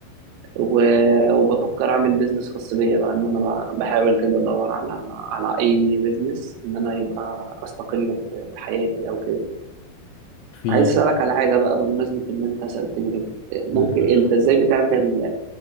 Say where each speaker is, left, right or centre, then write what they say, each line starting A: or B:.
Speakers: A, on the right; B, on the left.
A: و- وبفكر اعمل بيزنس خاص بيا بقى ان انا ب- بحاول كده ادور على على اي بيزنس ان انا يبقى استقل ب- بحياتي او كده
B: في
A: عايز اسالك على حاجه بقى بمناسبه ان انت سالتني كده ممكن
B: قول لي يا باشا
A: انت ازاي بتعمل